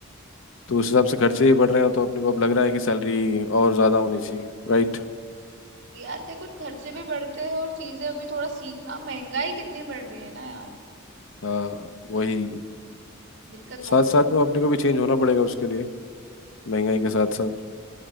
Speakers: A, on the left; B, on the right.
A: तो उस हिसाब से खर्चे ही बढ़ रहे हैं तो अपने को अब लग रहा है कि सैलरी और ज़्यादा होनी चाहिए राइट
B: यार देखो खर्चे भी बढ़ते हैं और चीजें अभी थोड़ा सीखना महंगाई कितनी बढ़ रही है ना यार
A: हाँ वही
B: दिक्कत वो
A: साथ साथ
B: है
A: में अपने को भी चेंज होना पड़ेगा उसके लिए महंगाई के साथ साथ